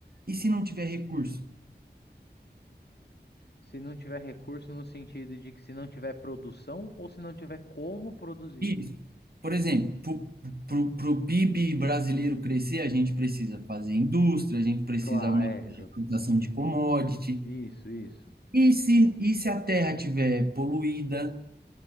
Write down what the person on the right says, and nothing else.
e se não tiver recurso?
Isso. Por exemplo, para o PIB brasileiro crescer, a gente precisa fazer indústria, a gente precisa
aumentar
a exportação de commodity.
E se, e se a terra estiver poluída,